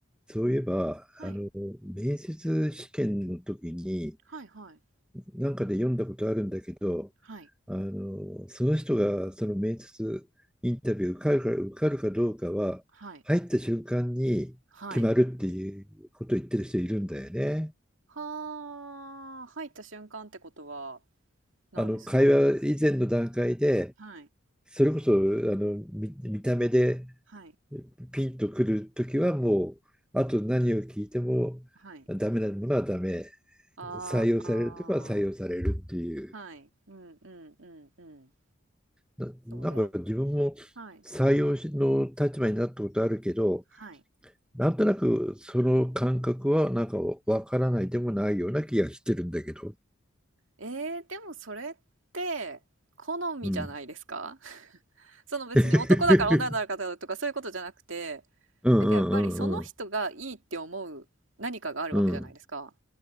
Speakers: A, in the centre; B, on the right (about 70°).
A: そういえば、
B: はい。
A: あの、面接試験の時に、
B: はいはい。
A: なんかで読んだことあるんだけど、
B: はい。
A: あの、その人がその面接インタビュー受かるか、受かるかどうかは、
B: はい。
A: 入った瞬間に決まるっていうことを言ってる人いるんだよね。
B: はい。はあ、入った瞬間ってことは何ですか？
A: あの、会話以前の段階で、
B: うん。はい。
A: それこそ、あの、見、見た目で
B: はい。
A: ピンとくる時はもう、あと何を聞いてもダメなものはダメ。
B: はい。ああ、
A: 採用されるとか採用されるっていう
B: はい。うんうんうんうん。
A: な、
B: それ
A: なんか自分も
B: はい。
A: 採用の立場になったことあるけど、
B: はい。
A: なんとなくその感覚はなんかわからないでもないような気がしてるんだけど。
B: ええ、でもそれって、好みじゃないですか？
A: うん。
B: <laughs> その別に男だから女だからとかそういうことじゃなくて、
A: <laughs> うんうんうんうん。
B: なんかやっぱりその人がいいって思う何かがあるわけじゃないですか。
A: うん。